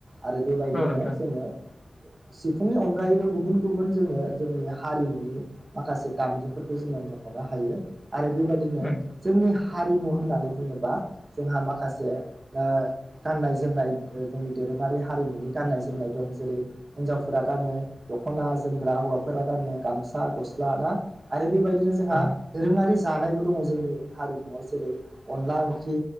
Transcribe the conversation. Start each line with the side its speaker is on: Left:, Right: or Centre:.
Right: आरो बेबायदिनो
Left: औ नोंथां
Right: जोङो सि फुंनि अनगायैबो गुबुन गुबुन जोङो जोंनि हारिमुनि माखासे दामजुफोरखौ जोङो मख'नो हायो यो आरो बेबायदिनो
Left: उम
Right: जोंनि हारिमु होननानै बुङोबा जोंहा माखासे गाननाय जोमनाय जोंनि दोरोङारि हारिमुनि गाननाय जोमनाय दं जेरै हिनजाव फोरा गानो दखना जोमग्रा हौवाफोरा गानो गामसा गसला ना आरो बेबायदि जोंहा
Left: ओ
Right: दोरोङारि जानायबो दङ जोंनि हारिमुआव जेरै अनला ओंख्रि